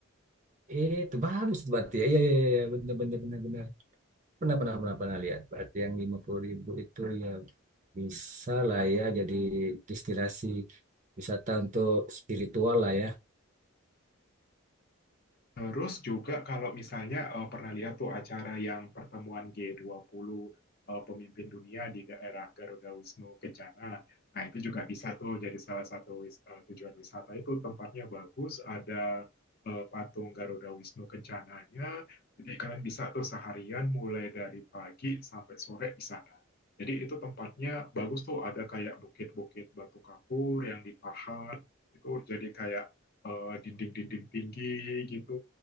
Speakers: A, on the right (about 35°); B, on the left (about 45°).
A: eh, itu bagus berarti ya. Iya, iya, iya, iya. benar, benar, benar, benar. Pernah, pernah, pernah, pernah lihat. Berarti yang 50 ribu itu ya bisa lah ya jadi destinasi wisata untuk spiritual lah ya.
B: Terus juga kalau misalnya eh, pernah lihat tuh acara yang pertemuan G20 eh, pemimpin dunia di daerah Garuda Wisnu Kencana. Nah, itu juga bisa tuh jadi salah satu wis- eh, tujuan wisata. Itu tempatnya bagus, ada eh, patung Garuda Wisnu Kencananya. Jadi kalian bisa tuh seharian mulai dari pagi sampai sore di sana. Jadi itu tempatnya bagus tuh, ada kayak bukit-bukit batu kapur yang dipahat. Itu jadi kayak eh, dinding-dinding tinggi gitu.